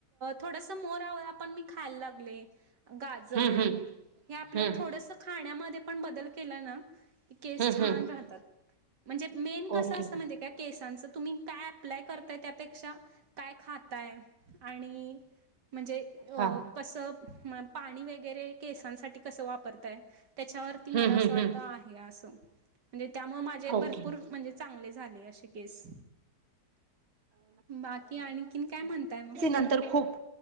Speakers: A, on the right; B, on the right.
A: थोडस मोरा आवळा पण मी खायला लागले. गाजर
B: हम्म हम्म
A: हे आपल्या
B: हम्म हम्म
A: थोडस खाण्यामध्ये पण बदल केला ना केस
B: हम्म
A: छान
B: हम्म
A: राहतात, म्हणजे मेन कस
B: ओके
A: असतं माहिती आहे काय केसांच तुम्ही काय अप्लाय करताय त्यापेक्षा काय खाताय? आणि म्हणजे अ
B: हां
A: कस पाणी वगैरे केसांसाठी कस वापरताय त्याच्यावर मला
B: हम्म
A: असं
B: हम्म
A: वाटत
B: हम्म
A: आहे अस म्हणजे त्यामुळे माझे
B: ओके
A: भरपूर म्हणजे चांगले झाले अशे केस बाकी आणखी काय म्हण ताय मग?
B: तरं खूप